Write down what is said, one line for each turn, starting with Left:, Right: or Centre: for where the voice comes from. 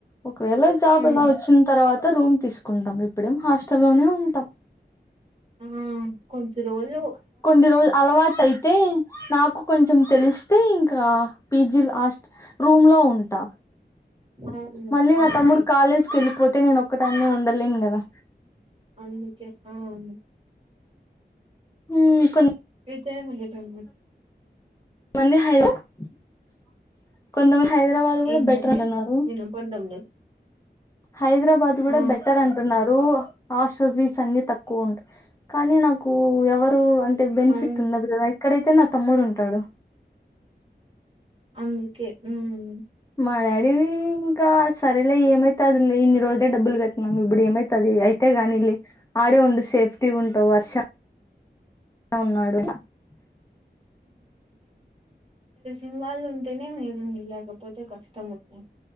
Left: ఒకవేళ జాబ్
Right: హ్మ్.
Left: ఇలా వచ్చిన తర్వా త రూమ్ తీసుకుంటాం ఇప్పుడేం హాస్టల్ లోనే ఉంటాం
Right: ఆ కొద్ధి రోజుల్
Left: కొంది రోజు అలవాటు అయితే నాకు కొంచెం తెలిస్తే ఇంకా పీ జి లాస్ట్ రూమ్ లో ఉంటా
Right: అవును
Left: మళ్ళీ
Right: అది
Left: నా తమ్ముడు
Right: మేలు
Left: కాలేజ్ కి ఎళ్ళిపోతే నేను ఒక్కదాన్నే ఉండలేను గదా
Right: అందుకే ఆ అవును
Left: హూమ్ కొన్ని
Right: వితే <unintelligible>
Left: మంది హై <unintelligible> కొంతమంది హైదరాబాద్ గూడా
Right: ఏంటండి
Left: బెటర్ అన్నారు
Right: వినపడ్డం లేదు
Left: హైదరాబాద్ గూడా
Right: ఆ
Left: బెటర్ అంటున్నారు ఆష్టల్ ఫీస్ అన్నీ తక్కువ ఉంట కానీ నాకు ఎవరు అన్ టె బెనిఫిట్
Right: అవును
Left: ఉండదు గదా ఇక్కడైతే నా తమ్ముడు ఉంటాడు
Right: అందుకే ఊమ్
Left: మా డాడీ ఇంకా సరేలే ఏమైతాది లే ఈరోజు డే డబ్బులు కట్టినాము ఇప్పుడు ఏమైతాది అయితె గానీలే ఆడే ఉండు సేఫ్టీగ ఉంటవ్ వర్ష అ ఉన్నాడు <unintelligible>
Right: ఇన్వాల్వ్ ఉంటేనే మీరుండు లేకపోతే కష్టం ఉంటాయ్